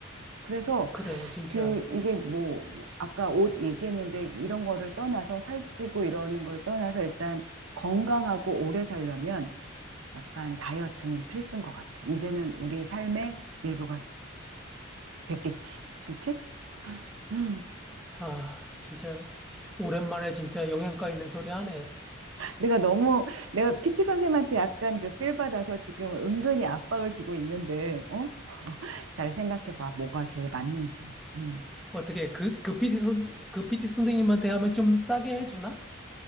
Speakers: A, on the right; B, in the centre.
A: 그래서
B: 그래, 진짜.
A: 그 이게 뭐 아까 옷 얘기했는데 이런 거를 떠나서 살찌고 이러는 걸 떠나서 일단 건강하고 오래 살려면 약간 다이어트는 필수인 것 같아. 이제는 우리 삶의 일부가 됐겠지. 그치? 음.
B: 아, 진짜, 오랜만에 진짜 영양가 있는 소리 하네.
A: 내가 너무 내가 PT 선생님한테 약간 그 필 받아서 지금 은근히 압박을 주고 있는데 어? 잘 생각해 봐. 뭐가 제일 맞는지. 음.
B: 어떻게, 그, 그 PT 선, 그 PT 선생님한테 하면 좀 싸게 해주나?